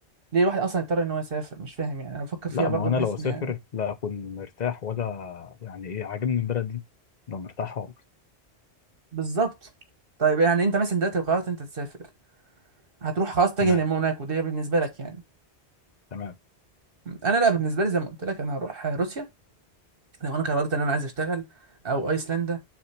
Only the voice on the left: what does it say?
لا
ما هو أنا
لو أسافر
لا أكون مرتاح ولا يعني إيه عاجبني البلد دي أبقى مرتاح خالص
تمام
تمام